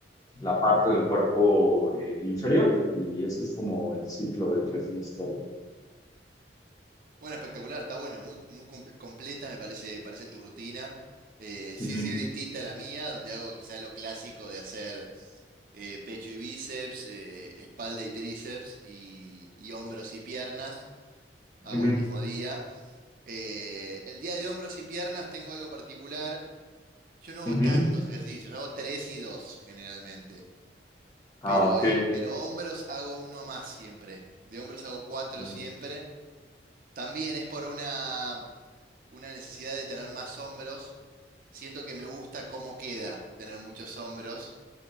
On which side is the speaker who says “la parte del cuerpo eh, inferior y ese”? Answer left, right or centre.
Left